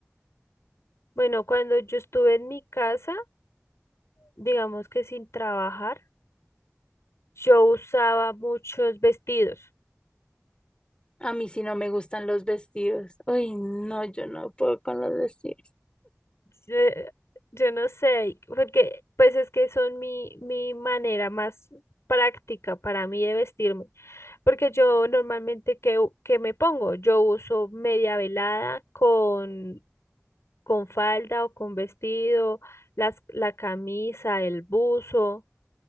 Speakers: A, on the left; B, on the left.
A: Bueno, cuando yo estuve en mi casa, digamos que sin trabajar, yo usaba muchos vestidos.
B: A mí sí no me gustan los vestidos. Uy, no, yo no puedo con los vestidos.
A: Yo, yo no sé, porque pues es que son mi, mi manera más práctica para mí de vestirme, porque yo normalmente que, que me pongo, yo uso media velada con, con falda o con vestido, las, la camisa, el buzo,